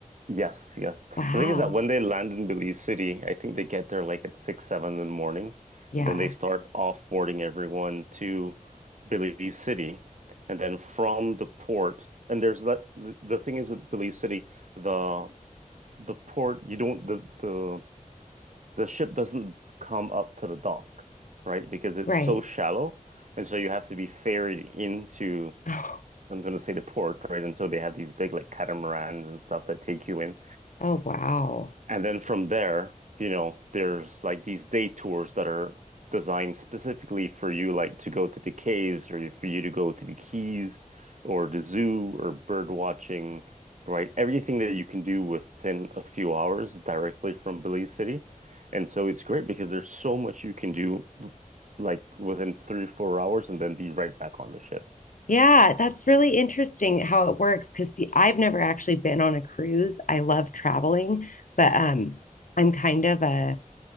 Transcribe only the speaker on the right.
Yes, yes.
The thing is that when they land in Belize City, I think they get there like at six, seven in the morning.
And then they start offboarding everyone to Belize City. And then from the port, and there's that the, the thing is with Belize City, the the port, you don't the the the ship doesn't come up to the dock, right? Because it's
so shallow.
And so you have to be ferried into
I'm going to say the port, right? And so they have these big like catamarans and stuff that take you in.
And then from there, you know, there's like these day tours that are designed specifically for you, like to go to the caves or for you to go to the keys or the zoo or bird watching, right? Everything that you can do within a few hours directly from Belize City. And so it's great because there's so much you can do like within three, four hours and then be right back on the ship.